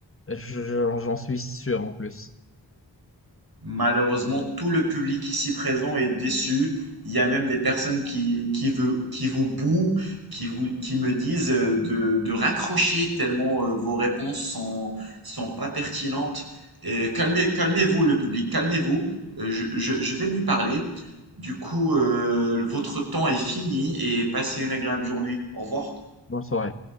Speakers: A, on the left; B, on the right.
A: Je- je- j'en suis sûr en plus.
B: Malheureusement, tout le public ici présent est déçu. Il y a même des personnes qui, qui, veut- qui vous bouent, qui, vous, qui me disent euh, de, de raccrocher tellement euh, vos réponses sont, sont pas pertinentes. Et calmez, calmez-vous, le public, calmez-vous. Euh, je, je- je vais lui parler. Du coup, euh, votre temps est fini et passez une agréable journée. Au revoir.
A: Bonne soirée.